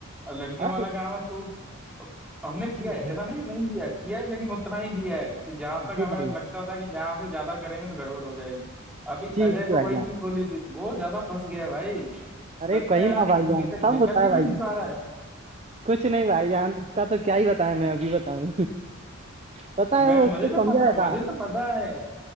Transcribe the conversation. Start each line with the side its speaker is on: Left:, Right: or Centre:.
Centre: لڑکیوں
Right: ارے
Centre: والا گؤ ہے تو ہم نے کیا
Right: جی جی
Centre: ہے ایسا نہیں نہیں کیا کیا ہے لیکن اتنا ہی کیا ہے کہ جہاں تک
Right: جی
Centre: ہمیں
Right: بھائی
Centre: لگتا تھا کہ یہہاں سے زیادہ کریں گے تو گڑبڑ ہو جائے گی ابھی
Right: جی
Centre: اجے
Right: جی
Centre: تو
Right: بھائی
Centre: وہی
Right: جان
Centre: چیز بلی تھی وہ زیادہ پھنس گیا بھائی
Right: ارے
Centre: سچ
Right: کہیں
Centre: میں یار
Right: نہا بھائی جان
Centre: نکل
Right: سب
Centre: نکل
Right: ہوتا
Centre: ہی
Right: ہے
Centre: نہیں
Right: بھائی ج
Centre: پا رہا ہے
Right: کچھ نہیں بھائی جان کا تو کیا ہی بتایا میں ابھی بتاؤں پتا ہے
Centre: میں
Right: وہ اس
Centre: مجھے
Right: کو
Centre: تو
Right: سمجھایا
Centre: پتا
Right: تھا
Centre: مجھے تو پتا ہے